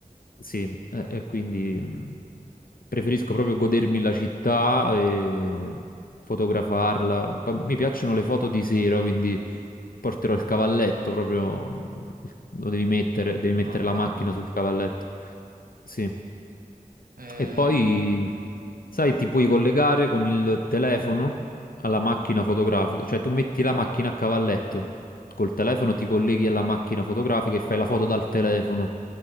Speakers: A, on the left; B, on the right.
A: Sì, e, e quindi mh, preferisco proprio godermi la città e fotografarla. Poi mi piacciono le foto di sera, quindi porterò il cavalletto proprio, il- lo devi mettere, devi mettere
B: Ah, bello.
A: la macchina sul cavalletto. Sì.
B: Eh,
A: E poi, sai, ti puoi collegare con il telefono alla macchina fotografica, cioè tu metti la macchina a cavalletto, col telefono ti colleghi alla macchina fotografica e fai la foto dal telefono.